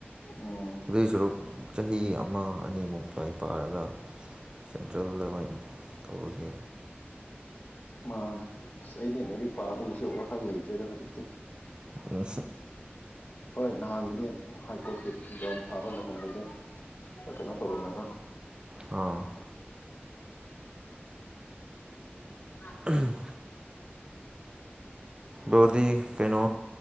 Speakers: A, on the left; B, on the right.
A: ꯎꯝ
B: ꯑꯗꯨꯗꯤ ꯁꯨꯔꯨ ꯆꯍꯤ ꯑꯃ ꯑꯅꯤꯃꯨꯛꯇꯋꯥꯏ ꯄꯥꯔꯒ ꯁꯦꯟꯇ꯭ꯔꯦꯜ ꯑꯗꯨꯅ ꯇꯧꯕꯒꯤ
A: ꯃꯥꯅꯦ ꯑꯁ ꯑꯗꯤ ꯂꯥꯏꯔꯤꯛ ꯄꯥꯕꯒꯤꯁꯨ ꯋꯥꯈꯜ ꯂꯩꯇ꯭ꯔꯦꯗ ꯍꯧꯖꯤꯛꯇꯤ
B: ꯎꯝ
A: ꯍꯣꯏ ꯅꯍꯥꯟꯕꯨꯗꯤ ꯍꯥꯏ ꯀꯣꯔꯠꯀꯤ ꯭ꯟ ꯊꯥꯕ ꯃꯇꯝꯗꯗꯤ ꯀꯩꯅꯣ ꯇꯧꯔꯅꯦꯕ
B: ꯑ
A: ꯎꯝ
B: ꯎꯝ ꯕꯣꯗꯤ ꯀꯩꯅꯣ